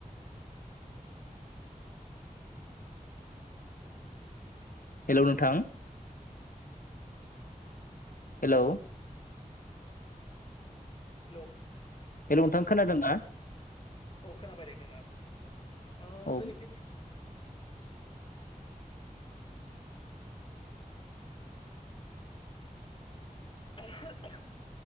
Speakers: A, on the left; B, on the left.
A: हेलौ नोंथां <inaudible> हेलौ
B: हेलौ
A: हेलौ नोंथां खोनादों ना?
B: औ खोनाबाय दे खोना ओ
A: औ
B: जोंनिखि ब <unintelligible>